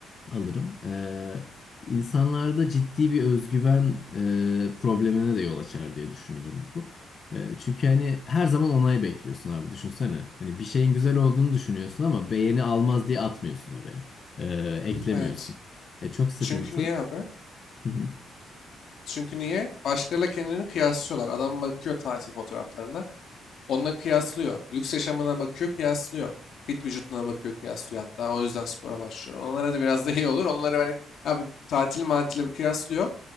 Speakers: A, on the left; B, on the left.
A: alırım. Ee, insanlarda ciddi bir özgüven e, problemine de yol açar diye düşünüyorum bu. Ee, çünkü hani her zaman onay bekliyorsun abi düşünsene. Hani bir şeyin güzel olduğunu düşünüyorsun ama beğeni almaz diye atmıyorsun oraya. Ee, eklemiyorsun.
B: Evet.
A: E, çok sıkıntı.
B: Çünkü niye abi?
A: Hı hı.
B: Çünkü niye? Başkalarıyla kendilerini kıyaslıyorlar. Adam bakıyor tatil fotoğraflarına. Onunla kıyaslıyor. Lüks yaşamına bakıyor, kıyaslıyor. Fit vücuduna bakıyor, kıyaslıyor hatta. O yüzden spora başlıyor. Onlara da biraz da iyi olur. Onlara böyle abi tatil matile kıyaslıyor.